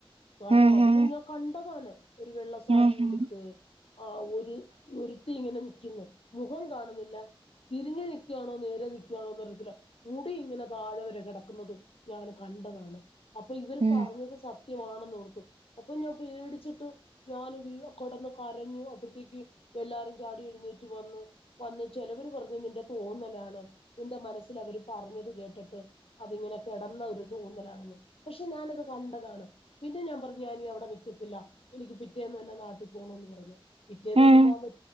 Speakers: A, on the left; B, on the right.
A: കാരണം
B: ഉം
A: അത്
B: ഉം
A: പേ ഞാൻ കണ്ടതാണ് ഒര് വെള്ളസാരി
B: ഉം ഉം
A: ഉടുത്ത് ആ ഒര് ഒരത്തി ഇങ്ങനെ നിക്കന്ന് മുഖം കാണുന്നില്ലാ തിരിഞ്ഞു നിക്കുകവാണോ നേരെ നിക്കുവാണോ അറി ത്തില്ലാ മുടി ഇങ്ങനെ താഴെ വെരെ കെടക്കന്നത് ഞാന് കണ്ടതാണ് അപ്പം ഇവര്
B: ഉം
A: പറഞ്ഞത് സത് സത്യമാണെന്ന് ഒർത്തു അപ്പം ഞാൻ പേടിച്ചിട്ട് ഞാന് വി കെടന്നിട്ട് കരഞ്ഞ് അപ്പോഴത്തേക്ക് എല്ലാരും ചാടി എഴുന്നേറ്റ് വന്ന് വന്ന് ചെലവര് പറഞ്ഞ് നിന്റെ തോന്നലാണ് നിന്റെ മനസ്സില് അവര് പറഞ്ഞത് കേട്ടിട്ട് അതിങ്ങനെ കെടന്ന ഒരു തോന്നലാണെന്ന് പക്ഷേ ഞാന അത് കണ്ടതാണ് പിന്നെ ഞാൻ പറഞ്ഞു ഞാനി അവിടെ നിക്കത്തില്ല എനിക്ക് പിറ്റേന്ന് തന്നെ നാട്ടി പോണെന്ന് പറഞ്ഞ് പിറ്റേനൊന്നും
B: ഉം
A: പോ